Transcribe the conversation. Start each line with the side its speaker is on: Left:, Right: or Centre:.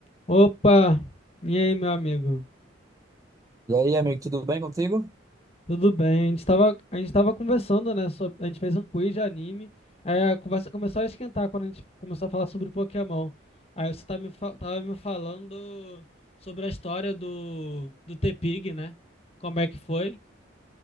Left: Opa! E aí, meu amigo?
Right: E aí, amigo, tudo bem contigo?
Left: Tudo bem? A gente tava, a gente tava conversando, né? sob- a gente fez um quiz de anime. Aí a conversa começou a esquentar quando a gente começou a falar sobre Pokémon. Aí você tá me, fa- tava me falando sobre a história do, do T-Pig, né? Como é que foi?